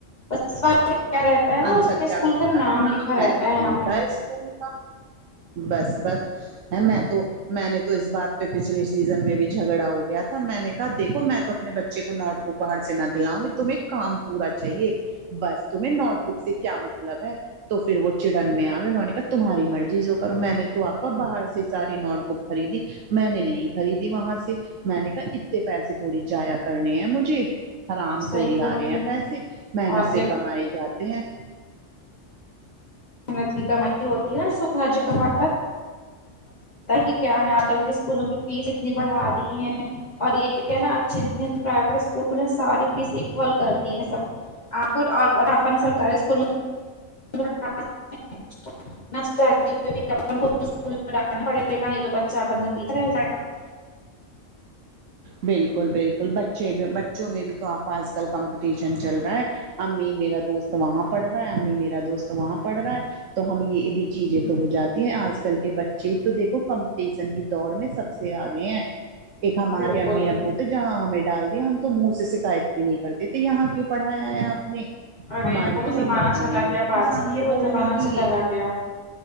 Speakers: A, on the left; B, on the right.
A: اپ <unintelligible> کیا رہتا ہے نا
B: انتر
A: اس میں
B: کیا
A: اسکول
B: ہوتا
A: کا نام
B: ہے
A: لکھا
B: مینشن
A: رہتا ہے یہاں
B: ہوتا
A: پہ
B: اسکول کا بس بس ہں میں تو میں نے تو اس بات پہ پچھلے سیزن میں بھی جھگڑا ہو گیا تھا میں نے کہا دیکھو میں تو اپنے بچے کو نوٹ بک باہر سے نہ دلاؤں گی تمہیں کام پورا چاہیے بس تمہیں نوٹ بک سے کیا مطلب ہے تو پھر وہ چڑن میں آ گئے انہوں نے کہا تمہاری مرضی جو کرو میں نے تو آپا باہر سے ساری نوٹ بک خریدی میں نے نہیں خریدی وہاں سے میں نے کہا اتتے پیسے تھوڑی جایا کرنے ہیں مجھے حرام تھوڑی
A: صحیح
B: آ
A: بول
B: رہے
A: رہی
B: ہیں پیسے محنت
A: اور
B: سے
A: کیا
B: کمائے جاتے ہیں
A: محنت کی کمائی ہوتی ہے نہ اس کو ہر جگہ <unintelligible> <unintelligible> کیا ہے آج کل کے اسکولوں کی فیس اتنی بڑھا دی ہیں اور یہ نا اچھی اتنی پرائیویٹ اسکول انلان ساری فیس اکول کر دی ہے سب آپ اور اپن سرکاری اسکول میں <inaudible> <unintelligible>
B: بالکل بالکل بچے بھی بچوں میں بھی تو آپ آج کل کمپٹیشن چل رہا ہے امی میرا دوست وہاں پڑھ رہا ہے امی میرا دوست وہاں پڑھ رہا ہے تو ہم یہ بھی چیزیں تو ہو جاتی ہیں آج کل کے بچے تو دیکھو کمپٹیشن کی دوڑ میں سب سے آگئے ہیں ایک ہمارے
A: بالکل
B: امی ابو تو جہاں ہمیں ڈال دیا ہم تو منہ سے شکایت بھی نہیں کرتے تھے یہاں کیوں پڑھایا ہے آپ نے
A: ارے
B: ہماری
A: وہ
B: تو
A: زمانہ
B: ہمت بھی
A: چلا
B: نہیں ہوتی
A: گیا باجی
B: تھی سامنے
A: وہ
B: بولنے
A: جمانہ
B: کی
A: چلا گیا